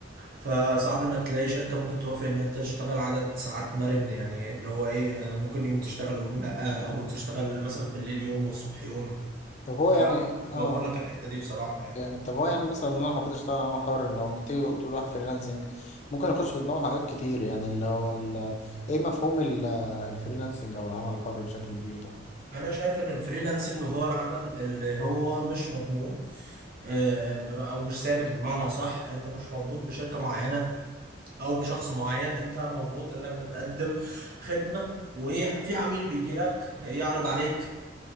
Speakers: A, on the right; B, on the left.
A: فصعب انك تلاقي شركه ممكن توافق ان انت تشتغل عدد ساعات مرن يعني اللي هو ايه ممكن يوم تشتغل ويوم لا او تشتغل مثلا بالليل يوم والصبح يوم
B: طب هو
A: فالعمل
B: يعني
A: الحر
B: اه
A: بيوفر لك الحته دي بصراحه يعني
B: جامد طب هو يعني مثلا لو انا حبيت اشتغل عمل حر لو ما تيجي تقول واحد فريلانسنج ممكن اخش في دماغه حاجات كتير يعني اللي هو ال- ايه مفهوم ال- الفريلانسنج او العمل الحر بشكل كبير ده
A: انا شايف ان الفريلانسنج هو العمل اللي هو مش مضمون آه، او مش ثابت بمعنى صح انت مش مربوط بشركه معينه او بشخص معين انت مربوط انك بتقدم خدمه وفي عميل بيجي لك يعرض عليك